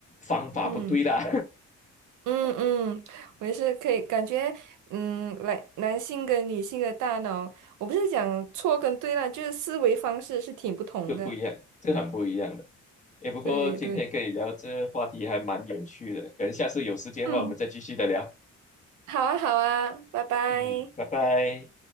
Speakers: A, on the left (about 25°); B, on the right (about 80°).
A: 方法不对啦，
B: 嗯嗯嗯，我也是可以感觉，嗯，来男性跟女性的大脑，我不是讲错跟对啦，就是思维方式是挺不同的。
A: <laughs> 这不一样，这很不一样的。哎，不过今天跟你聊这话题还蛮有趣的，
B: 对对，
A: 可能下次有时间的话我们再继续的聊。
B: 嗯，好啊好啊，拜拜。
A: 嗯，拜拜。